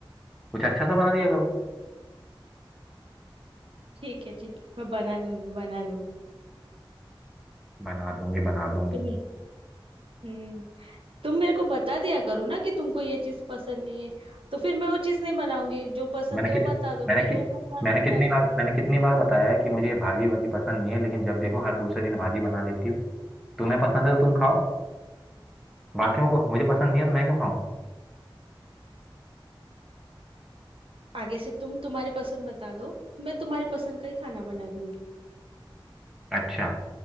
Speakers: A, in the centre; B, on the right.
A: कुछ अच्छा सा बना दिया करो
B: ठीक है ठीक है मैं बना दूंगी बना दूंगी
A: बना दूंगी बना दूंगी
B: तुम हम्म तुम मेरे को बता दिया करो ना कि तुमको ये चीज पसंद नहीं है तो फिर मैं वो चीज नहीं बनाऊंगी जो पसंद
A: मैंने
B: है
A: कितने
B: वो बता दो
A: मैंने
B: फिर
A: कि,
B: वो बनाना
A: मैंने
B: स्टार्ट
A: कितनी
B: करूंगी
A: बार मैंने कितनी बार बताया है कि मुझे ये भाजी वाजी पसंद नहीं है लेकिन जब देखो हर दूसरे दिन भाजी बना देती हो तुम्हें पसंद है तो तुम खाओ बाकियों को मुझे पसंद नहीं है तो मैं क्यों खाऊं
B: आगे से तुम तुम्हारी पसंद बता दो मैं तुम्हारी पसंद का ही खाना बना दूंगी
A: अच्छा